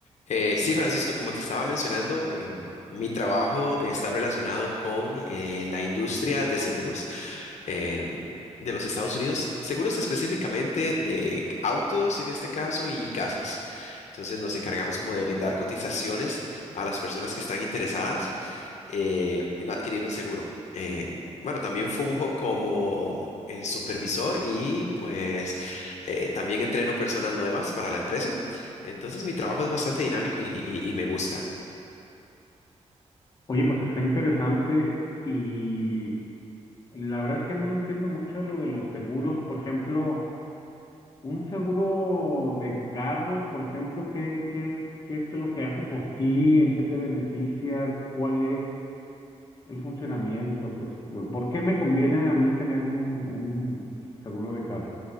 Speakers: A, on the left (about 75°); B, on the left (about 30°).
A: Eh, sí, Francisco, como te estaba mencionando, eh, mi trabajo está relacionado con eh, la industria de seguros eh, de los Estados Unidos, seguros específicamente de autos en este caso y casas. Entonces nos encargamos como de brindar cotizaciones a las personas que están interesadas eh, en adquirir un seguro. Eh, bueno, también funjo como eh, supervisor y pues eh, también entreno personas nuevas para la empresa. Entonces mi trabajo es bastante dinámico y, y- y- me gusta.
B: Oye, pues está interesante y la verdad es que no le entiendo mucho a lo de los seguros. Por ejemplo, un seguro de carros, por ejemplo, ¿qué, qué es, qué es lo que hace por ti? ¿En qué te beneficia? ¿Cuál es el funcionamiento? Pues, ¿por qué me conviene a mí tener un, un seguro de carro?